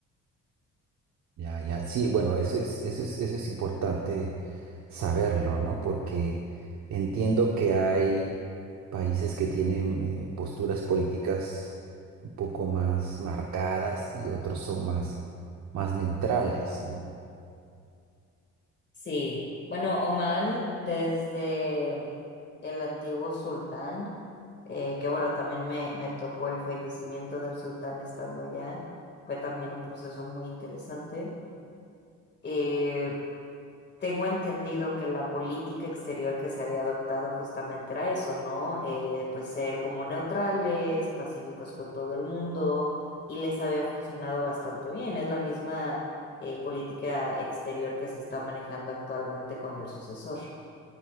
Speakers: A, on the right; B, on the left.
A: Ya, ya, sí, bueno, eso es, eso es, eso es importante saberlo, ¿no? Porque entiendo que hay países que tienen eh, posturas políticas un poco más marcadas y otros son más, más neutrales, ¿no?
B: Sí, bueno, Omán desde el antiguo sultán, eh, que bueno, también me, me tocó el fallecimiento del sultán estando allá, fue también un proceso muy interesante. Eh, tengo entendido que la política exterior que se había adoptado justamente era eso, ¿no? Eh, pues ser como neutrales, pacíficos con todo el mundo, y les había funcionado bastante bien. Es la misma eh, política exterior que se está manejando actualmente con el sucesor.